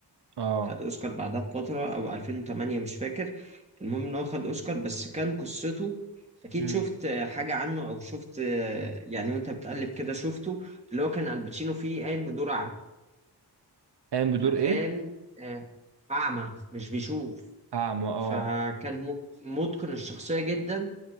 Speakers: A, on the right; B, on the right.
A: اه
B: خد اوسكار بعدها بفتره او 2008 مش فاكر المهم ان هو خد اوسكار بس كان قصته اكيد
A: امم
B: شفت حاجه عنه او شفت يعني وانت بتقلب كده شفته اللي هو كان الباتشينو فيه قايم بدور
A: قايم بدور
B: فكان
A: ايه
B: آه، أعمى مش بيشوف
A: اعمى اه
B: فكان مت- متقن الشخصية جدا